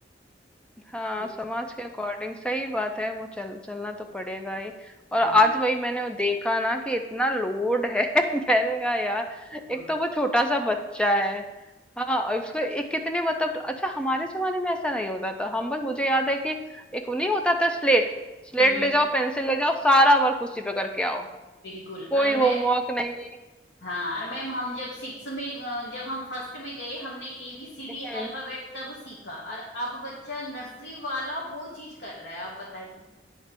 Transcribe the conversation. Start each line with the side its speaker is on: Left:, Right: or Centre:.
Centre: हाँ
Left: ये-
Centre: समाज के अकॉर्डिंग सही बात है वो चल चलना तो पड़ेगा ही और
Left: हम्म
Centre: आज वही मैंने वो देखा ना कि इतना लोड है <laughs> मैंने कहा यार
Left: बिल्कुल
Centre: एक तो वो छोटा सा बच्चा है हाँ और उसको एक कितने मतलब अच्छा हमारे जमाने में ऐसा नहीं होता था हम बस मुझे याद है कि एक नहीं होता था स्लेट स्लेट
Left: हम्म
Centre: ले जाओ पेंसिल ले जाओ सारा वर्क उसी पे करके आओ
Left: बिल्कुल
Centre: कोई
Left: और
Centre: होमवर्क
Left: मैं
Centre: नहीं
Left: हाँ और मैम हम जब सिक्स में अ, जब हम फर्स्ट में गए हमने एबीसीडी
Centre: <laughs>
Left: अल्फाबेट तब सीखा और अब बच्चा नर्सरी वाला वो चीज कर रहा है आप बताइए